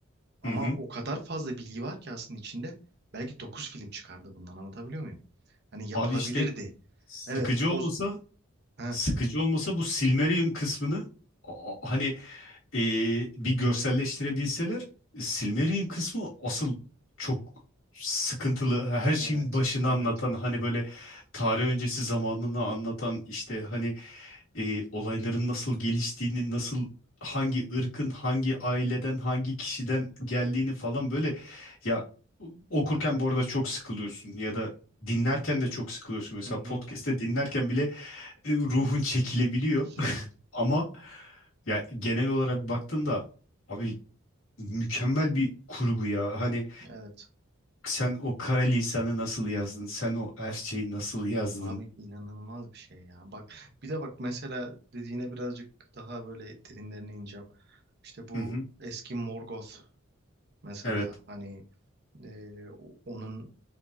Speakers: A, on the right (about 50°); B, on the left (about 80°).
A: Ama
B: hı hı.
A: o kadar fazla bilgi var ki aslında içinde. Belki 9 film çıkardı bundan anlatabiliyor muyum? Hani yapılabilirdi.
B: Abi işte sıkıcı
A: Evet
B: olmasa
A: o... Heh,
B: sıkıcı olmasa bu Silmarillion kısmını a- a- hani e, bir görselleştirebilseler
A: tabii.
B: Silmarillion kısmı asıl çok sıkıntılı. Her şeyin
A: Evet.
B: başını
A: Evet.
B: anlatan hani böyle tarih öncesi zamanını anlatan işte hani e, olayların nasıl geliştiğini nasıl hangi ırkın hangi aileden hangi kişiden geldiğini falan böyle ya okurken bu arada çok sıkılıyorsun ya da dinlerken de çok sıkılıyorsun. Mesela
A: Hı hı.
B: podcast'te dinlerken bile e, ruhun çekilebiliyor.
A: <laughs>
B: Ama ya genel olarak baktığında abi mükemmel bir kurgu ya. Hani
A: Evet.
B: sen o kara lisanı nasıl yazdın? Sen o Elfçeyi nasıl yazdın?
A: Abi inanılmaz bir şey ya. Bak bir de bak mesela dediğine birazcık daha böyle derinlerine ineceğim. İşte bu
B: Hı hı.
A: eski Morgoth mesela
B: Evet.
A: hani Ee, onun